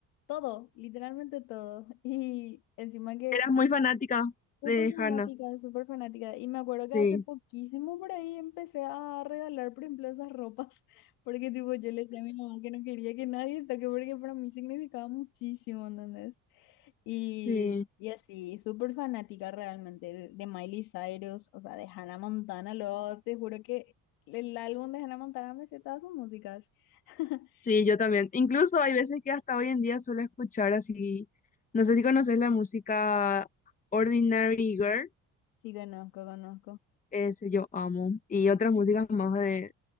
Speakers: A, on the left (about 80°); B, on the left (about 25°).
A: todo, literalmente todo. <laughs> Y encima que
B: Eras muy fanática
A: Súper
B: de
A: fanática,
B: Hannah.
A: súper fanática. Y me acuerdo
B: Sí,
A: que hace poquísimo por ahí empecé a regalar, por ejemplo, esas ropas, <laughs> porque tipo yo le decía a mi mamá que no quería que nadie toque, porque para mí significaba muchísimo, ¿entendés? Y,
B: sí,
A: y así, súper fanática realmente de, de Miley Cyrus, o sea, de Hannah Montana, lo, te juro que el álbum de Hannah Montana me sé todas sus músicas. <laughs>
B: sí, yo también. Incluso hay veces que hasta hoy en día suelo escuchar así. No sé si conoces la música Ordinary Girl,
A: Sí, conozco, conozco.
B: ese yo amo. Y otras
A: Sí,
B: músicas más de,